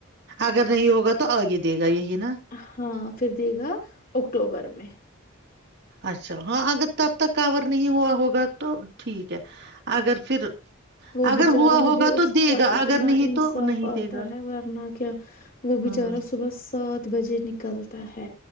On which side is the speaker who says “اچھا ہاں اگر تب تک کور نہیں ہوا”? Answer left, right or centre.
Right